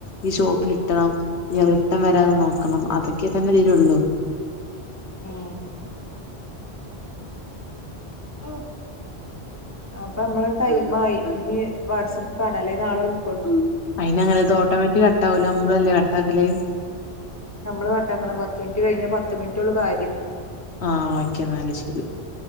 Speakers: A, on the left (about 80°); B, on the left (about 20°).
A: ഈ ഷോപ്പിലിട്ടണം ഇ ട്ടം വരാതെ നോക്കണം അതൊക്കെ തന്നെതിലൊള്ളൂ
B: ഉം ഉം അപ്പൊ നമ്മളെ ടൈ ആയി ഇനി വാട്സആപ്പ് കാണാല്ലെ നാളെ വിളക്കണ്ടൂ
A: അയിനങ്ങനെത് ഓട്ടോമാറ്റിക് കട്ടാവൂല അമ്മളല്ലേ കട്ടാക്കല്
B: നമ്മള് കട്ടാക്കണം പത്ത് മിനിറ്റ് കഴിഞ്ഞാ പത്ത് മിനിറ്റെള്ളു കാര്യം
A: ആഹ് ഓക്കെ ഇന്നാല് ശെരി